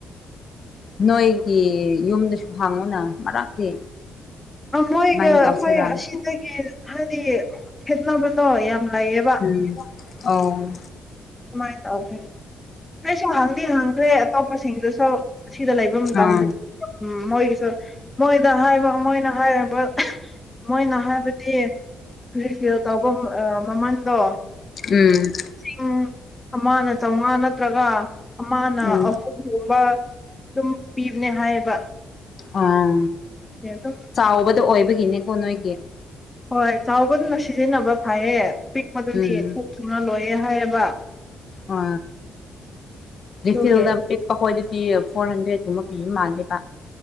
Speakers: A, on the left; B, on the left.
A: ꯅꯣꯏꯒꯤ ꯌꯨꯝꯗꯁꯨ ꯍꯪꯉꯣꯅ ꯃꯔꯛꯇꯤ
B: ꯃꯣꯏꯒ
A: ꯀꯃꯥꯏꯅ
B: ꯑꯩꯈꯣꯏ
A: ꯇꯧꯁꯤꯔꯥꯅ
B: ꯑꯁꯤꯗꯒꯤ ꯍꯥꯏꯗꯤ ꯈꯦꯠꯅꯕꯗꯣ ꯌꯥꯝ ꯂꯩꯌꯦꯕ
A: ꯎꯝ ꯑꯧ
B: ꯃꯥꯏ ꯇꯥꯎꯒꯤꯒꯦ ꯀꯩꯁꯨ ꯍꯪꯗꯤ ꯍꯪꯈ꯭ꯔꯦ ꯑꯇꯣꯞꯄꯁꯤꯡꯗꯨꯁꯨ ꯁꯤꯗ ꯂꯩꯕ ꯃꯇꯝꯗ
A: ꯑꯥ
B: ꯎꯝ ꯃꯣꯏꯒꯤꯁꯨ ꯃꯣꯏꯗ ꯍꯥꯏꯕ ꯃꯣꯏꯅ ꯍꯥꯏꯔꯝꯕ ꯃꯣꯏꯅ ꯍꯥꯏꯕꯗꯤ ꯔꯤꯐꯤꯜ ꯇꯧꯕ ꯑ ꯃꯃꯟꯗꯣ
A: ꯎꯝ
B: ꯎꯝ ꯑꯃꯅ ꯆꯥꯝꯃꯉꯥ ꯅꯠꯇ꯭ꯔꯒ ꯑꯃꯅ
A: ꯎꯝ
B: ꯑꯍꯨꯝꯒꯨꯝꯕ ꯑꯗꯨꯝ ꯄꯤꯕꯅꯦ ꯍꯥꯏꯌꯦꯕ
A: ꯑꯥ
B: ꯑꯗꯨꯝ
A: ꯆꯥꯎꯕꯗꯣ ꯑꯣꯏꯕꯒꯤꯅꯦꯀꯣ ꯅꯣꯏꯒꯤ
B: ꯍꯣꯏ ꯆꯥꯎꯕꯗꯨꯅ ꯁꯤꯖꯤꯟꯅꯕ ꯐꯌꯦ ꯄꯤꯛꯄꯗꯨꯗꯤ
A: ꯎꯝ
B: ꯊꯣꯛ ꯊꯨꯅ ꯂꯣꯏꯌꯦ ꯍꯥꯏꯌꯦꯕ
A: ꯑ ꯀꯩꯊꯦꯜꯗ
B: ꯑꯗꯨꯒꯤ
A: ꯄꯤꯛꯄ ꯍꯣꯏꯗꯤ ꯄꯤꯑꯦ ꯐꯣꯔ ꯍꯟꯗ꯭ꯔꯦꯠꯒꯨꯝꯕ ꯄꯤꯕ ꯃꯥꯟꯂꯦꯕ